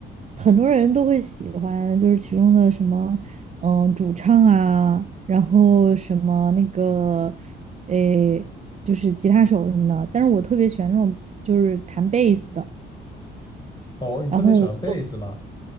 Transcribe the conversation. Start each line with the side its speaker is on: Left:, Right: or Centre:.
Right: 很多人都会喜欢，就是其中的什么，嗯，主唱啊，然后什么那个，诶，就是吉他手什么的。但是我特别喜欢那种就是弹贝斯的。
Left: 哦，你特别喜欢贝斯吗？
Right: 然后我就